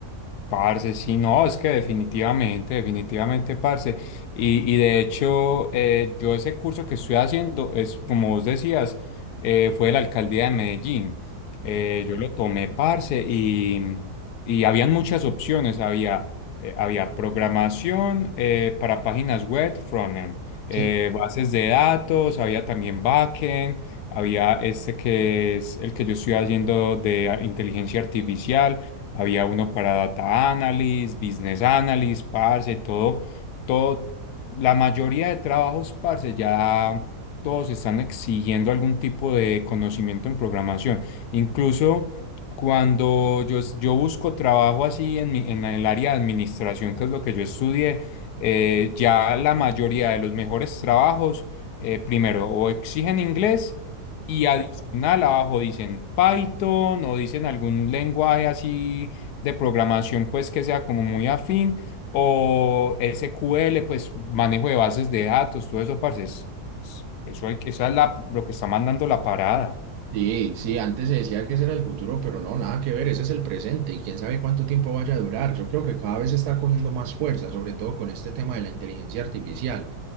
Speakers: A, on the left; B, on the right.
A: Parce, sí, no, es que definitivamente, definitivamente, parce. Y, y de hecho, eh, yo ese curso que estoy haciendo es, como vos decías, eh, fue de la alcaldía de Medellín. Eh, yo lo tomé, parce, y, y habían muchas opciones. Había, eh, había programación eh, para páginas web, frontend, eh,
B: Sí.
A: bases de datos, había también backend, había este que es el que yo estoy haciendo de ah, inteligencia artificial había uno para data analysis, business analysis, parce, todo, todo, la mayoría de trabajos, parce, ya todos están exigiendo algún tipo de conocimiento en programación. Incluso cuando yo, yo busco trabajo así en mi- en el área de administración, que es lo que yo estudié, eh, ya la mayoría de los mejores trabajos, eh, primero, o exigen inglés, y, Canal abajo dicen Python o dicen algún lenguaje así de programación pues que sea como muy afín o SQL pues manejo de bases de datos, todo eso parce, es- es- eso hay que- esa es la, lo que está mandando la parada.
B: Sí, sí, antes se decía que ese era el futuro, pero no, nada que ver, ese es el presente y quién sabe cuánto tiempo vaya a durar. Yo creo que cada vez está cogiendo más fuerza, sobre todo con este tema de la inteligencia artificial.